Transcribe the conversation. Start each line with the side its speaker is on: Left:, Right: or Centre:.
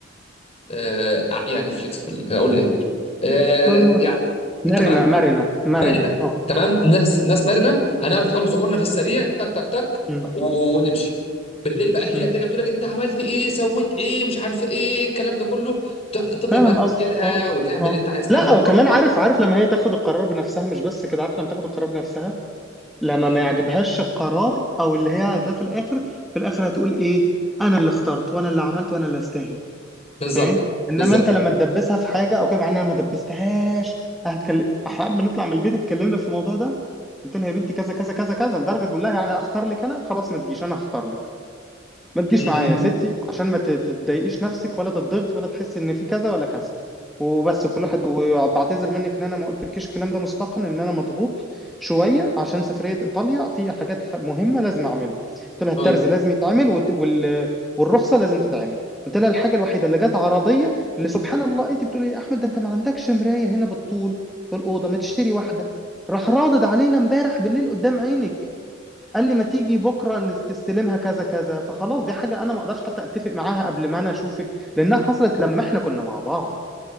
Left: آه، يعني فليكسبل اقول ايه آه،
Centre: مم.
Left: يعني
Centre: مرنة
Left: تمام
Centre: مرنة مرنة
Left: مرنه
Centre: اه
Left: تمام ناس ناس مرنه هنعرف نخلص امورنا في السريع تك تك تك
Centre: مم.
Left: ونمشي بالليل بقى هي
Centre: مم.
Left: هترجع تقول لك انت عملت ايه سويت ايه مش عارف ايه الكلام ده كله ت- تفضل
Centre: فاهم
Left: بقى تحكي
Centre: قصدك
Left: لها
Centre: اه
Left: وتعمل
Centre: اه
Left: اللي انت عايز تعمله
Centre: لا وكمان
Left: براحتك
Centre: عارف عارف لما هي تاخد القرار بنفسها مش بس كده عارف لما تاخد القرار بنفسها لما
Left: مم.
Centre: ما يعجبهاش القرار او اللي هي ده في الاخر في الاخر هتقول ايه انا اللي اخترت وانا اللي عملت وانا اللي استاهل
Left: بالظبط
Centre: فاهم انما
Left: بالظبط
Centre: انت لما تدبسها في حاجه او كده مع ان انا ما دبستهاش هنتكلم احنا بنطلع من البيت اتكلمنا في الموضوع ده قلت لها يا بنتي كذا كذا كذا كذا لدرجه بقول لها يعني اختار لك انا خلاص ما تجيش انا هختار لك ما تجيش
Left: مم.
Centre: معايا يا ستي عشان ما ت- تضايقيش نفسك ولا تضغطي ولا تحسي ان في كذا ولا كذا وبس كل واحد وبعتذر منك ان انا ما قلتلكيش الكلام ده مسبقا ان انا مضغوط شويه عشان سفريه ايطاليا في حاجات ح- مهمه لازم اعملها قلت لها
Left: تمام
Centre: الترزي لازم يتعمل وال... وال... والرخصه لازم تتعمل قلت لها الحاجه الوحيده اللي جت عرضيه اللي سبحان الله انت بتقولي إيه يا احمد ده انت ما عندكش مرايه هنا بالطول في الاوضه ما تشتري واحده راح رادد علينا امبارح بالليل قدام عينك قال لي ما تيجي بكره نس- تستلمها كذا كذا فخلاص دي حاجه انا ما اقدرش حتى اتفق معاها قبل ما انا اشوفك لانها حصلت لما احنا كنا مع بعض